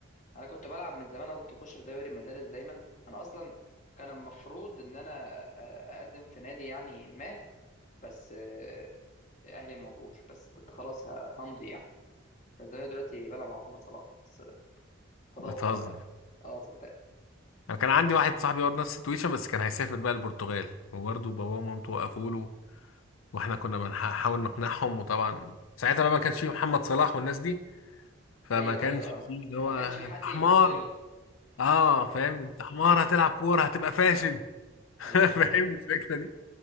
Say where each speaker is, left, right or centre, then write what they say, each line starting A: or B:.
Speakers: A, on the left; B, on the left.
A: انا كنت بلعب من زمان انا كنت بخش في دوري المدارس دايما انا اصلا كان المفروض ان انا أ- اقدم في نادي يعني ما بس آه، اهلي ما وافقوش بس كنت خلاص ه- همضي يعني كان زمان دلوقتي بلعب مع محمد صلاح بس قضاء
B: بتهزر
A: وقدر بقى اه صدق
B: انا كان عندي واحد صاحبي برضه نفس التويشه بس كان هيسافر بقى البرتغال وبرضه باباه ومامته وقفوا له واحنا كنا بنحاول نقنعهم وطبعا ساعتها بقى ما كانش فيه محمد صلاح والناس دي فما
A: ايوه
B: كانش
A: ايوه
B: فيه
A: اه
B: اللي هو
A: ما كانش في حد
B: انت حمار
A: يبص له
B: اه
A: ايوه
B: فاهم
A: فاهم ما
B: انت
A: كان-
B: حمار
A: ايوه
B: هتلعب
A: فاهم
B: كوره هتبقى
A: ايوه
B: فاشل
A: ايوه
B: <laughs>
A: ايوه فاهم
B: فاهم الفكره